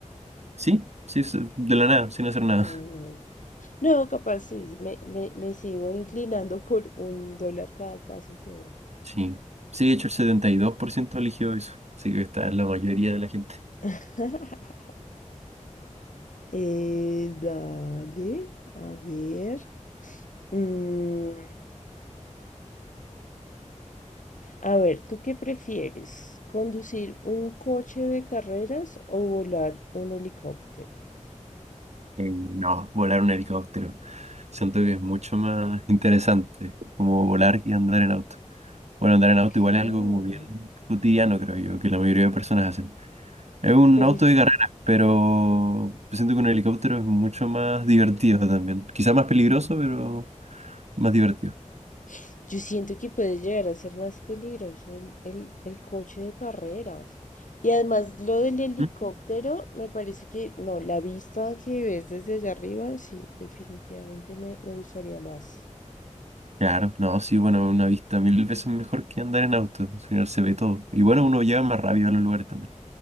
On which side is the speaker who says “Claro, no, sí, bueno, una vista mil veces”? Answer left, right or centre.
Right